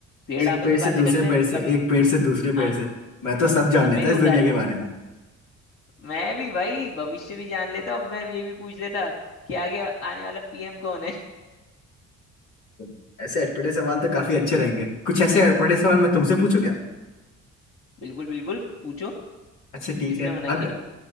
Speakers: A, on the left (about 50°); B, on the left (about 75°).
A: पेड़
B: एक
A: आपस
B: पेड़
A: में बातें
B: से दूसरे
A: करते हैं
B: पेड़ से
A: कभी
B: एक पेड़ से दूसरे पेड़
A: हाँ
B: से मैं तो सब जान
A: तो मेरे
B: लेता इस
A: को
B: दुनिया
A: घर
B: के बारे में
A: मैं भी भाई भविष्य भी जान लेता और मैं ये भी पूछ लेता कि आगे आने वाला पीएम कौन है
B: <laughs> ऐसे अटपटे सवाल तो काफी अच्छे रहेंगे कुछ ऐसे अटपटे सवाल मैं तुमसे पूछूं क्या
A: बिल्कुल बिल्कुल पूछो
B: अच्छा ठीक
A: किसने
B: है
A: मना
B: अगर
A: किया